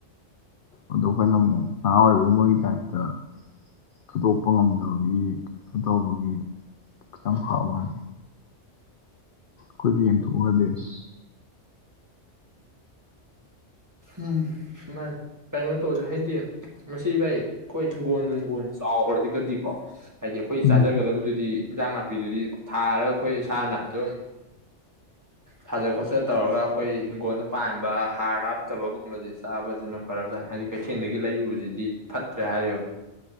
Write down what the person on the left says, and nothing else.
ꯑꯗꯣ ꯑꯩꯈꯣꯏꯅ ꯑꯃꯨꯛ ꯅꯍꯥ ꯑꯣꯏꯔꯤꯕꯩ ꯃꯣꯏꯒꯤ ꯇꯥꯏꯞꯇ ꯊꯨꯗꯣꯛꯄ ꯉꯝꯗꯕꯒꯤ ꯀꯩꯅꯣ ꯇꯧꯕꯒꯤ ꯈꯤꯇꯪ ꯐꯕ ꯋꯥꯅꯤ ꯀꯣꯏꯕꯤ ꯌꯦꯡꯊꯣꯛꯗꯦꯁ
ꯎꯝ